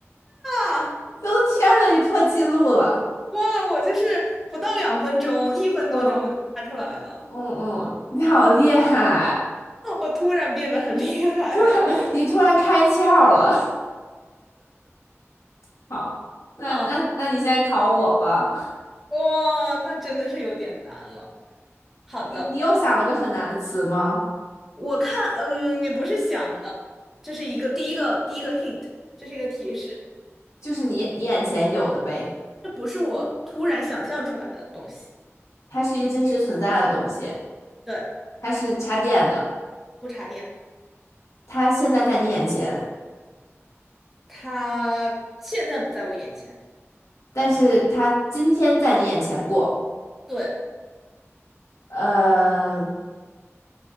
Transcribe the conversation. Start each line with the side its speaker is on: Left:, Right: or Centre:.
Centre: 啊，
Left: 我的天呐，你破纪录了，
Centre: 哇，我就是不到两分钟，一分多钟我就猜出来了，
Left: 嗯嗯嗯，你好厉害，
Centre: <laughs> 我突然变得很厉害了。
Left: 就是你突然开窍了。<laughs> 好，那那那你现在考我吧，
Centre: 哈，
Left: <laughs>
Centre: 哇，那真的是有点难了。好的，
Left: 你你又想了个很难的词吗？
Centre: 我看，嗯，也不是想的，这是一个第一个第一个 hint，这是一个提示，
Left: 就是你你眼前有的呗，
Centre: 这不是我突然想象出来的东西。
Left: 它是一个真实存在的东西。
Centre: 对，
Left: 它是插电的，
Centre: 不插电，
Left: 它现在在你眼前，
Centre: 它现在不在我眼前。
Left: 但是它今天在你眼前过，
Centre: 对。
Left: 呃，